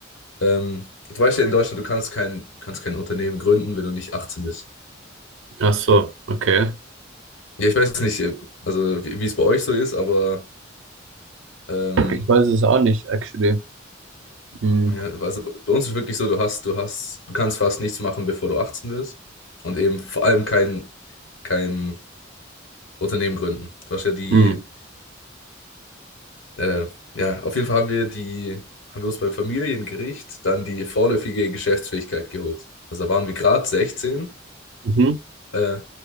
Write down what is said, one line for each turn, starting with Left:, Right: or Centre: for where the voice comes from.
Left: ähm, du weißt ja in Deutschland, du kannst kein, kannst kein Unternehmen gründen, wenn du nicht 18 bist.
Right: Ach so, okay.
Left: Ja, ich weiß nicht, also wie wie es bei euch so ist, aber ähm,
Right: Ich weiß es auch nicht, actually. Mhm.
Left: ja, also bei uns ist wirklich so, du hast, du hast, du kannst fast nichts machen, bevor du 18 wirst. Und eben vor allem kein, kein Unternehmen gründen. Du hast ja die,
Right: Mhm.
Left: äh, ja, auf jeden Fall haben wir die, haben wir uns beim Familiengericht dann die vorläufige Geschäftsfähigkeit geholt. Also da waren wir gerade sechzehn
Right: Mhm.
Left: äh,